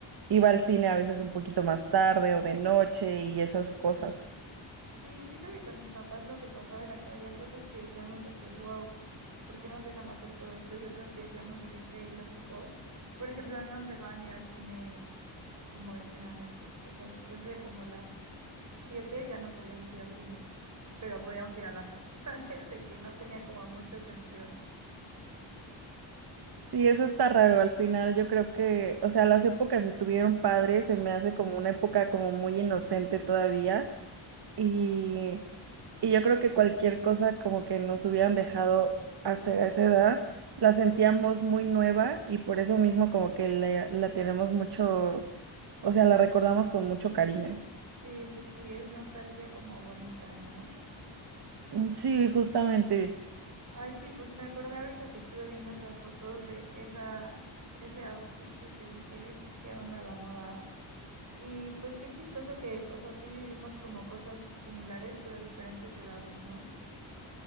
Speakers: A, on the right; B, on the right.
A: iba al cine a veces un poquito más tarde o de noche y esas cosas.
B: Sí, siento que con mis papás lo que pasaba era que había cosas que decíamos de que, wow, ¿por qué nos dejan hacer todo esto? Y otras que decíamos de que qué ilógico. Por ejemplo, no nos dejaban ir al cine como en en la noche. O sea, después de como las siete ya no podíamos ir al cine, pero podíamos ir al antro, <laughs> ¿sabes? De que no tenía como mucho sentido.
A: Sí, eso está raro. Al final yo creo que, o sea, las épocas estuvieron padres, se me hace como una época como muy inocente todavía y, y yo creo que cualquier cosa como que nos hubieran dejado hacer a esa edad, la sentíamos muy nueva y por eso mismo como que la la tenemos mucho, o sea, la recordamos con mucho cariño.
B: Sí, sí, sí, es nostalgia como bonita, ¿no?
A: Mm, Sí, justamente.
B: Ay, sí, pues me acordé ahorita que estuve viendo esas fotos de esa, ese outfit que te dije de que qué onda la moda. Y pues qué chistoso que, o sea, sí vivimos como cosas similares, pero a diferentes edades, ¿no?